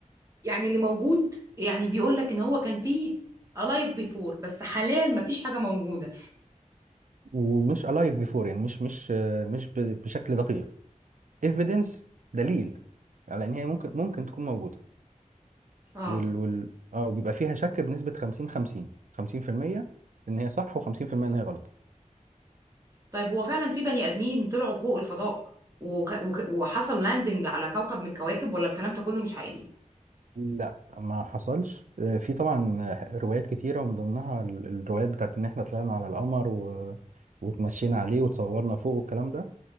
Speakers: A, on the right (about 20°); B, on the right (about 70°).
A: يعني اللي موجود يعني بيقول لك ان هو كان فيه alive before بس حاليا مفيش حاجة موجودة
B: ومش alive before يعني مش مش مش ب- بشكل دقيق evidence دليل على ان هي ممكن ممكن تكون موجوده
A: اه
B: وال وال اه بيبقى فيها شك بنسبة 50 50 50% ان هي صح و50% ان هي غلط
A: طيب هو فعلا في بني ادمين طلعوا فوق الفضاء وك... وك... وحصل لاندنج على كوكب من الكواكب ولا الكلام ده كله مش حقيقي
B: لا ما حصلش آه، في طبعا آه، روايات كتيرة ومن ضمنها ال- الروايات بتاعت ان احنا طلعنا على القمر و... وتمشينا عليه وتصورنا فوق والكلام ده